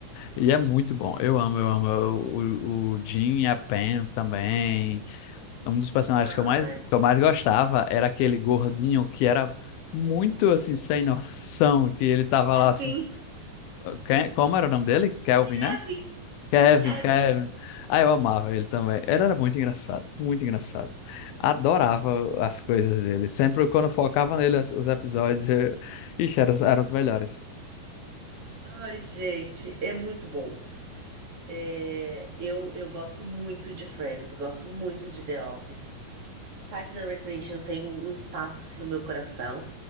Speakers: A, on the left; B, on the right.
A: e é muito bom. Eu amo, eu amo. O, o, o Jim e a Pam também. Um dos personagens
B: Ai,
A: que eu mais, que eu mais gostava era aquele gordinho que era muito assim, sem noção, que ele tava
B: sabe?
A: lá assim. Ke- Como era o nome dele? Kelvin,
B: Kevin,
A: né? Kevin,
B: Kevin.
A: Kevin. Ah, eu amava ele também. Ele era muito engraçado, muito engraçado. Adorava as coisas dele. Sempre quando focava nele as- os episódios, eu... Ixi, eram, os- eram os melhores.
B: Ai, gente, é muito bom. É, eu, eu gosto muito de Friends, gosto muito de The Office. Parks and Recreation tem um, um espaço assim no meu coração.